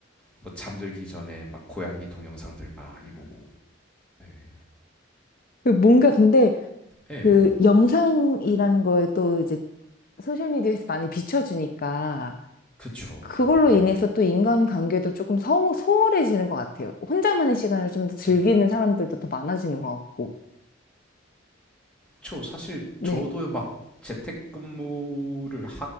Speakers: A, in the centre; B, on the left.
A: 뭐 잠들기 전에 막 고양이 동영상들 많이 보고 예,
B: 그 뭔가 근데
A: 예.
B: 그 영상이라는 거에 또 이제 소셜미디어에서 많이 비춰주니까
A: 그쵸.
B: 그걸로
A: 예.
B: 인해서 또 인간관계도 조금 소, 소홀해지는 것 같아요. 혼자만의 시간을 좀 더 즐기는
A: 음.
B: 사람들도 더 많아지는 것 같고.
A: 저 사실
B: 네,
A: 저도 막 재택근무를